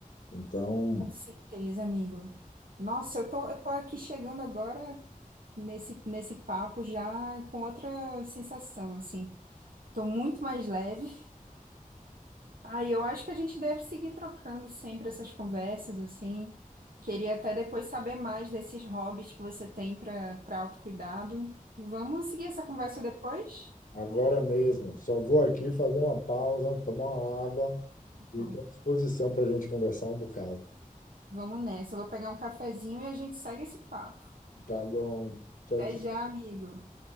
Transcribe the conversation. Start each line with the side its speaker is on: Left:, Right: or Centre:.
Left: Então,
Right: Com certeza, amigo. Nossa, eu tô, eu tô aqui chegando agora nesse, nesse papo já com outra sensação, assim. Tô muito mais leve. Aí eu acho que a gente deve seguir trocando sempre essas conversas, assim. Queria até depois saber mais desses hobbies que você tem para para autocuidado. Vamos seguir essa conversa depois?
Left: agora mesmo, só vou aqui fazer uma pausa, tomar uma água e
Right: Tô.
Left: estou à disposição para a gente conversar um bocado.
Right: Vamos nessa. Eu vou pegar um cafezinho e a gente segue esse papo.
Left: Tá bom. Tchau,
Right: Até
Left: tchau.
Right: já, amigo.